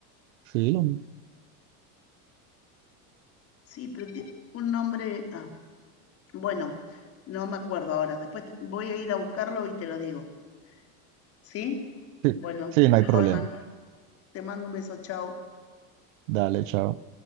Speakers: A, on the right; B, on the left.
A: Sí, lo-
B: Sí, pero tiene un nombre, ah, bueno, no me acuerdo ahora. Después te- voy a ir a buscarlo y te lo digo. ¿Sí?
A: sí,
B: Bueno,
A: sí, no hay problema.
B: Holman, te mando un beso, chao.
A: Dale, chao.